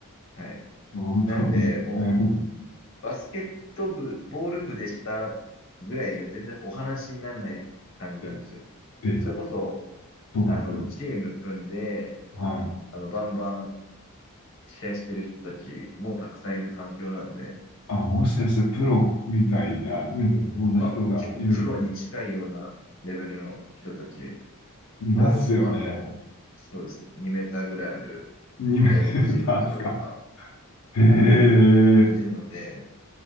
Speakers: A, on the left (about 60°); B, on the left (about 80°).
A: はい。
B: 本当に。
A: なんで、も
B: うん。
A: う、バスケット部、ボール部でしたぐらいじゃ全然お話にならない感じなんですよ。
B: え、え
A: それこそ、
B: そうなんですよ。
A: あの、チーム組んで、
B: はい。
A: あの、バンバン試合してる人たちもたくさんいる環境なんで、
B: あ、もしかしてプロみたいな、
A: うん。
B: みたいな、そんな人がいるんですね。
A: まあ、結構プロに近いようなレベルの人たち、
B: いますよね。
A: それこそ、あの、そうです。2メーターぐらいある
B: 2メーターですか。
A: 外国人の方とか
B: へえ。
A: いるので、